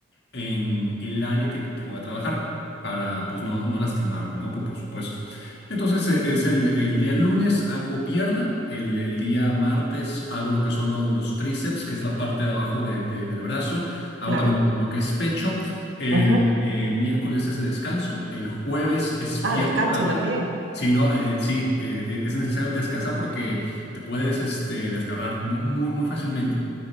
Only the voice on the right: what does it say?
Claro.
Ujú.
Ah, descanso
también.